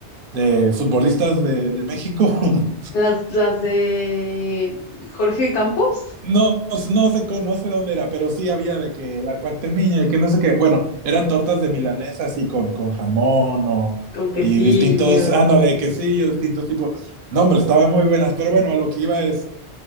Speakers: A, on the right; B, on the left.
A: de futbolistas de, de México. <laughs>
B: Las, las de Jorge Campos,
A: No, no sé, no sé dónde era, pero sí había de que la cuactemiña y que no sé qué. Bueno, eran tortas de milanesa así con, con jamón o,
B: con quesillo
A: y distintos, ándale,
B: y
A: quesillos, distintos tipos. No, hombre, estaban muy buenas, pero bueno, a lo que iba es,